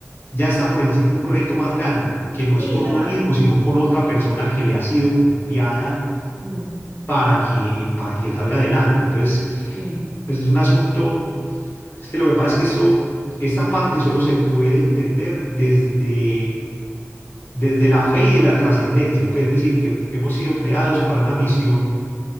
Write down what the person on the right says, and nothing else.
sí,
es verdad.
Mm,
mm,